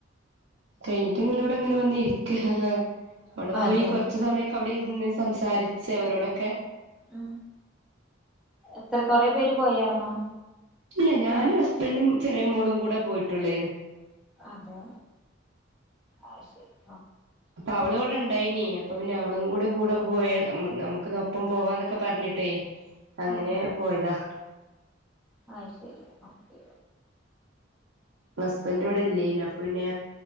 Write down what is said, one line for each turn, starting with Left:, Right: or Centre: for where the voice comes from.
Right: കഴിഞ്ഞിട്ട് ഇങ്ങനെ ഇവിടെ ഇങ്ങനെ വന്നിരിക്ക അവിടെ
Centre: അതെ
Right: പോയി കൊറ റച്ച് സമയമൊക്കെ അവിടെ ഇരുന്ന് സംസാരിച്ച് അവരോടൊക്കെ
Centre: ആ എത്ര കൊറെ പേര് പോയേര്ന്നോ
Right: ഇല്ലയ് ഞാനും ഹസ്ബൻഡും ചെറിയ മോളും കൂടെ പോയിട്ടൊള്ളേന്നു.
Centre: അതെ ആ ശരി അഹ് ശരി
Right: അപ്പൊ അവള് ഇവിടെ ഇണ്ടായിനീ അപ്പൊ പിന്നെ അവളും കൂടെ കൂടെ പോയ നമുക്ക് ഇന്ന ഒപ്പം പോവാന്നൊക്കെ പറഞ്ഞിട്ടേ അങ്ങനെ
Centre: ഉം
Right: പോയതാ
Centre: അഹ്ശരി ഓക്കേ
Right: ഹസ്ബൻഡ് ഇവിടെ ഇല്ലെയ്നു അപ്പൊ പിന്നെ